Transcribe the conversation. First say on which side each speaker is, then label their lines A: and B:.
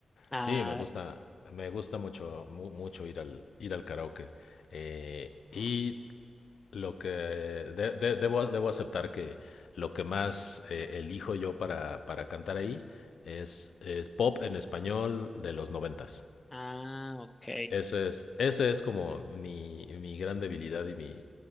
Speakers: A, on the left; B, on the left.
A: Ah,
B: Sí, me gusta, me gusta mucho, mu- mucho ir al, ir al karaoke. Eh, y lo que de- de- debo, debo aceptar que lo que más eh, elijo yo para, para cantar ahí es, es pop en español de los noventas.
A: ah, ok.
B: Ese es, ese es como mi, mi gran debilidad y mi,